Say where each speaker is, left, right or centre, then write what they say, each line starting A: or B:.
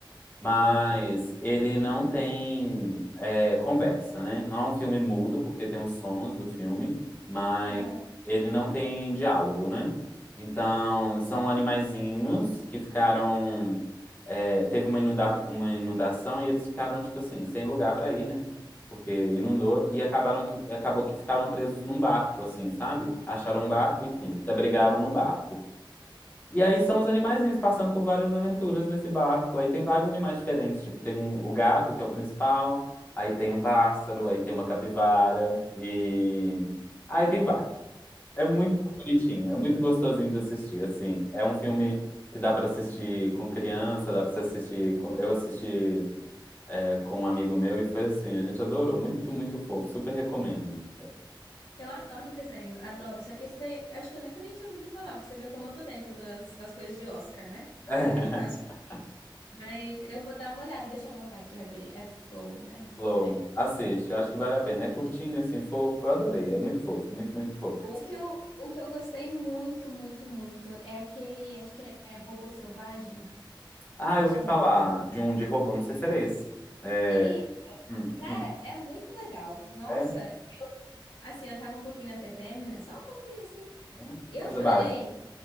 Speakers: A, on the left; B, on the left.
A: Mas
B: Uhum.
A: ele não tem é, conversa, né? Não é um filme mudo, porque tem os sons do filme, mas
B: Aham.
A: ele não tem diálogo, né? Então, são animaizinhos que ficaram. é, teve uma inunda- uma inundação e eles ficaram, tipo assim, sem lugar para ir, né? Porque inundou e acabaram que, acabou que ficaram presos num barco, assim, sabe? Acharam um barco, enfim, se abrigaram no barco. E aí são os animaizinhos passando por várias aventuras nesse barco. Aí tem vários animais diferentes, tipo, tem um- o gato, que é o principal, aí tem um pássaro, aí tem uma capivara, e... Aí tem vários. É muito bonitinho, é muito gostosinho de assistir, assim. É um filme que dá pra assistir com criança, dá pra você assistir... com- Eu assisti, é, com um amigo meu e foi assim, a gente adorou, muito, muito fofo, super recomendo.
B: Eu adoro desenho, adoro. Só que esse daí, eu acho que eu nunca nem tinha ouvido falar, pra você ver como eu tô dentro das, das coisas de Oscar, né?
A: <laughs>
B: Das indicações. Mas eu vou dar uma olhada, deixa eu anotar aqui rapidinho. É Flow, né?
A: É. Flow,
B: É.
A: assiste, acho que vale a pena. É curtinho, assim, fofo, eu adorei, é muito fofo, muito, muito fofo.
B: Um que eu, um que eu gostei muito, muito, muito é aquele, acho que é Robô Selvagem.
A: Ah,
B: Acho
A: eu ouvi
B: que
A: falar
B: é o nome.
A: de um de robô, não sei se era esse. É,
B: Isso,
A: hum,
B: cara,
A: hum,
B: é muito legal. Nossa,
A: é?
B: assim, eu tava um pouquinho na TPM, né? Só um pouquinho, assim.
A: Hum,
B: Eu
A: coisa
B: chorei,
A: básica.